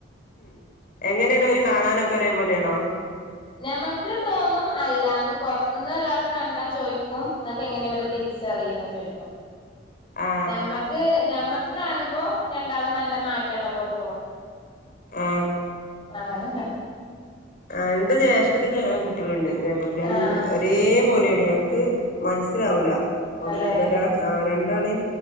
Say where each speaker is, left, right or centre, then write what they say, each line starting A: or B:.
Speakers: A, on the left; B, on the left.
A: ഉം എങ്ങനെണ് ഇവര് കാണാനൊക്കെ ഒരേപോലെണോ?
B: മ്മക്ക് തോന്നും അല്ലാന്ന് പുറത്തുന്ന് ഒരാൾ കണ്ടാ ചോദിക്കും ങ്ങക്ക് എങ്ങനെ വരെ തിരി ച്ചറീനാ ചോയ്ക്കും..
A: ആ
B: നമ്മക്ക് ഞമ്മക്ക് കാണുമ്പോ രണ്ടാളും നല്ല മാറ്റള്ള പോലെ തോന്നും.
A: ആ ആ
B: അങ്ങനെ
A: രണ്ട് ജ്യേഷ്ഠത്തിന് കുട്ടികളുണ്ട് ഇതേപോലെ രണ്ട്
B: ആഹ്
A: ഒരേ പോലെണ് ഞങ്ങക്ക് മനസ്സിലാവൂല ഒന്ന്
B: അതെ
A: ഒര ആ രണ്ടാളീം..